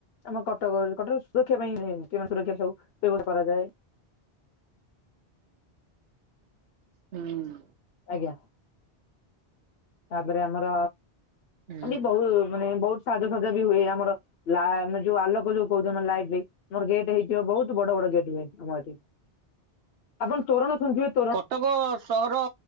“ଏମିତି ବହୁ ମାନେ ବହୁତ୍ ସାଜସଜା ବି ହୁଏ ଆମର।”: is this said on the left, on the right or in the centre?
Left